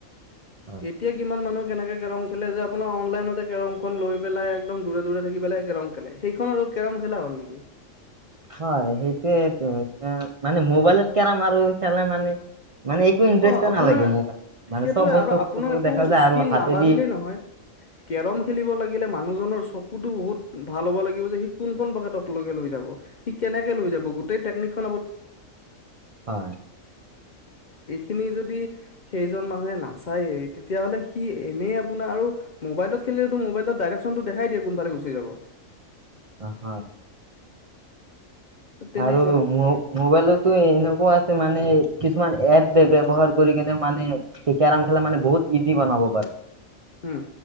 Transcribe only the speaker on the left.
এতিয়া কিমান মানুহ কেনেকে কেৰম খেলে যে আপোনাৰ অনলাইনতে কেৰমখন লৈ পেলাই একদম দূৰে দূৰে থাকি পেলাই কেৰম খেলে সেইখনৰ কেৰম খেলা হল নেকি।
অ', আপোনাৰ
সেইটোয়ে
আৰু
আপোনাৰ
একো
স্কিল
নাবাঢ়িলেই নহয়। কেৰম খেলিব লাগিলে মানুহজনৰ চক তো বহুত ভাল হ'ব লাগিব যে সি কোনখন পকেটককে লৈ যাব সি কেনেকে লৈ যাব গোটেই টেকনিক খ
<inaudible> খিনি যদি সেইজন মানুহে নাচায়েই তেতিয়াাহ'লে সি এনেই আপোনাৰ আৰু মোবাইলত মোবাইলত ডাইৰেকশনটো দেখাইিয়ে কোনালে গুচি যাব।
তেনেকুৱা
হম